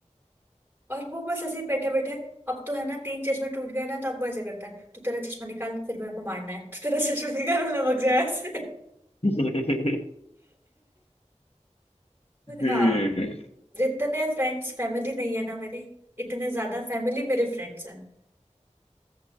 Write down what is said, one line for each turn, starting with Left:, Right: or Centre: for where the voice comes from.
Right: और वो बस ऐसे ही बैठे बैठे अब तो है ना तीन चश्मे टूट गए ना तो अब वो ऐसे करता है तू तेरा चश्मा निकाल फिर मेरे को मारना है <laughs> तू तेरा चश्मा निकाल मैं लमक जाए ऐसे
Left: है
Right: <laughs>
Left: <laughs> हम्म
Right: हाँ जितने फ्रेंड्स फैमिली नहीं है ना मेरी इतने ज्यादा फैमिली मेरे फ्रेंड्स हैं